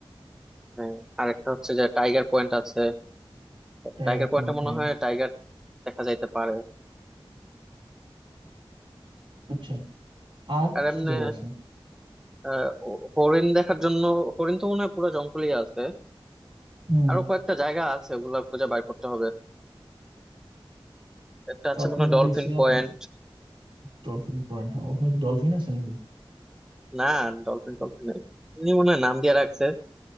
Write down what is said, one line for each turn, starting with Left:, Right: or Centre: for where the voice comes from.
Centre: হ্যাঁ, আরেকটা হচ্ছে যে টাইগার পয়েন্ট আছে
Right: টাইগার
Centre: টাইগার পয়েন্টে
Right: পয়েন্ট
Centre: মনে
Right: হ্যাঁ,
Centre: হয় টাইগার দেখা যাইতে পারে
Right: আচ্ছা আর
Centre: আর এমনি
Right: কি জায়গা আছে
Centre: আহ, হ- হরিণ দেখার জন্য হরিণ তো মনে হয় পুরো জঙ্গলই আছে
Right: হুম
Centre: আরো কয়েকটা জায়গা আছে ওগুলা খুঁজে বাইর করতে হবে একটা আছে
Right: তারপর
Centre: মনে হয়
Right: আমি
Centre: ডলফিন
Right: দেখছিলাম
Centre: পয়েন্ট
Right: যে ডলফিন পয়েন্ট ওখানে কি ডলফিন আছে নাকি
Centre: না ডলফিন ডলফিন নেই এমনি মনে হয় নাম দিয়ে রাখছে